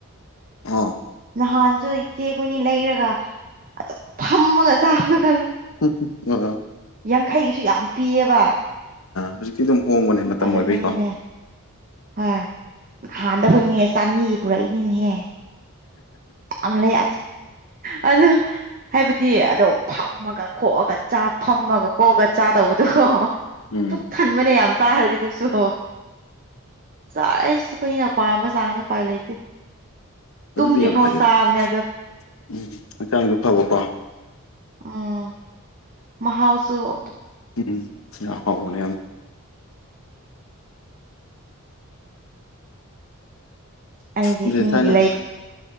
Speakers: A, on the left; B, on the right.
A: ꯑ
B: ꯅꯍꯥꯟꯁꯨ ꯏꯆꯦꯈꯣꯏꯅꯤ ꯂꯩꯔꯒ ꯑꯗꯨꯝ ꯐꯝꯃꯒ ꯆꯥꯕꯗ
A: ꯎ ꯑꯣ
B: ꯌꯥꯡꯈꯩꯒꯤꯁꯨ ꯌꯥꯝ ꯄꯤꯌꯦꯕ
A: ꯍꯧꯖꯤꯛꯤ ꯑꯗꯨꯝ ꯍꯣꯡꯕꯅꯦ ꯃꯇꯝ
B: ꯑꯗꯣ
A: ꯑꯣꯏꯕꯒꯤꯀꯣ
B: ꯑꯩꯈꯣꯏꯅꯤꯅꯦ ꯍꯣꯏ ꯍꯍꯥꯟꯗ ꯍꯣꯏꯅꯤꯡ ꯆꯥꯅꯤꯒꯤ ꯄꯨꯔꯛꯏꯅꯤꯅꯦꯍꯦ ꯂꯩ
A: <unintelligible>
B: ꯑꯗ ꯍꯥꯏꯕꯗꯤ ꯑꯗꯨꯝ ꯐꯝꯃꯒ ꯀꯣꯛꯑꯒ ꯆꯥ ꯐꯝꯃꯒ ꯀꯣꯛꯑꯒ ꯆꯥꯗꯧꯕꯗꯨꯣ
A: ꯎꯝ
B: ꯄꯨꯛ ꯊꯟꯕꯅꯦ ꯌꯥꯝ ꯆꯥꯈ꯭ꯔꯗꯤ ꯑꯗꯨꯁꯨ ꯍꯣ ꯆꯥꯔꯁ ꯑꯩꯈꯣꯏꯅꯄꯥꯥꯝꯕ ꯆꯥꯡ ꯎꯄꯥꯏ ꯂꯩꯇꯦ
A: ꯑꯗꯨꯗꯤ
B: ꯇꯨꯝꯗ꯭ꯔꯤ
A: ꯌꯥꯝ
B: ꯐꯥꯎ
A: ꯐꯩꯌꯦ ꯎꯝ
B: ꯆꯥꯕꯅꯦ ꯑꯗꯣ
A: ꯍꯛꯆꯥꯡꯗ ꯐꯕꯀꯣ
B: ꯎꯝ ꯃ ꯍꯥꯎꯁꯨ
A: ꯎꯝ ꯌꯥ ꯍꯕꯅꯦ
B: ꯑꯩꯗꯤ
A: ꯑꯗꯨ
B: ꯃꯤꯒꯤ
A: ꯊꯥꯏꯅ
B: ꯂ ꯂꯩꯛ